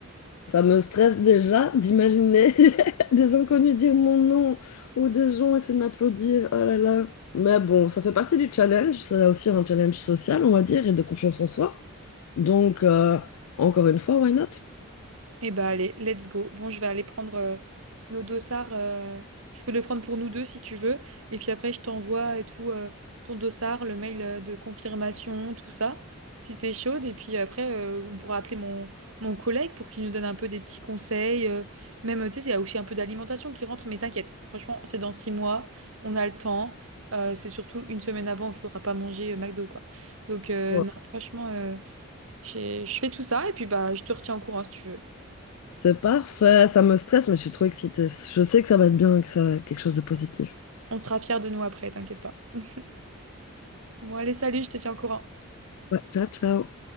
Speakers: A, on the left; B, on the right.
A: Ça me stresse déjà d'imaginer <laughs> des inconnus dire mon nom ou des gens essayer de m'applaudir. Oh là là. Mais bon, ça fait partie du challenge. C'est aussi un challenge social, on va dire, et de confiance en soi. Donc, euh, encore une fois, why not?
B: Eh bah allez, let's go. Bon, je vais aller prendre euh, nos dossards. euh, je peux les prendre pour nous deux si tu veux. Et puis après, je t'envoie et tout euh, ton dossard, le mail euh, de confirmation, tout ça, si t'es chaude. Et puis après, euh, on pourra appeler mon, mon collègue pour qu'il nous donne un peu des petits conseils. euh, même, tu sais, il y a aussi un peu d'alimentation qui rentre, mais t'inquiète. Franchement, c'est dans six mois, on a le temps. Euh, c'est surtout une semaine avant, il faudra pas manger euh, McDo, quoi. Donc euh,
A: Ouais.
B: non, franchement, euh, j'ai- je fais tout ça et puis bah je te retiens au courant si tu veux.
A: C'est parfait, ça me stresse, mais je suis trop excitée. Je sais que ça va être bien, que ça va être quelque chose de positif.
B: On sera fiers de nous après, t'inquiète pas. <laughs> Bon, allez, salut, je te tiens au courant.
A: Ouais, ciao, ciao.